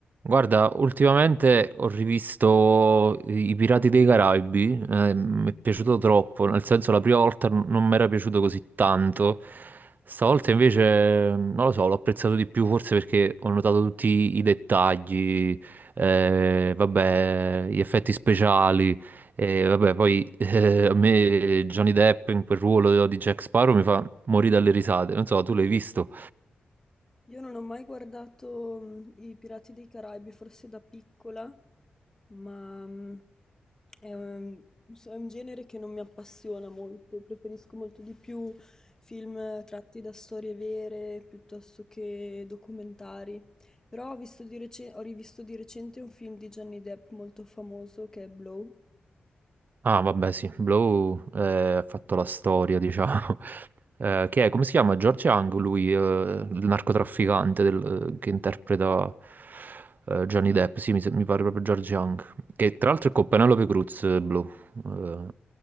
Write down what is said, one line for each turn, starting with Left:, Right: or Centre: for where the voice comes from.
Right: Guarda, ultimamente ho rivisto I i Pirati dei Caraibi, eh, mi è piaciuto troppo, nel senso la prima volta n- non mi era piaciuto così tanto, stavolta invece non lo so, l'ho apprezzato di più forse perché ho notato tutti i dettagli, eh, vabbè, gli effetti speciali, e vabbè, poi eh, a me Johnny Depp in quel ruolo di Jack Sparrow mi fa morire dalle risate, non so, tu l'hai visto?
Left: Io non ho mai guardato mm, I Pirati dei Caraibi, forse da piccola, ma mm, è un, so- è un genere che non mi appassiona molto, preferisco molto di più film tratti da storie vere piuttosto che documentari. Però ho visto di recen- ho rivisto di recente un film di Johnny Depp molto famoso che è Blow.
Right: Ah, vabbè, sì, Blow eh, ha fatto la storia, diciamo. <laughs> Eh, che è, come si chiama? George Young, lui, eh, il narcotrafficante del- eh, che interpreta eh, Johnny Depp. Sì, mi, se- mi pare proprio George Young. Che tra l'altro è con Penelope Cruz, eh, Blow. Eh,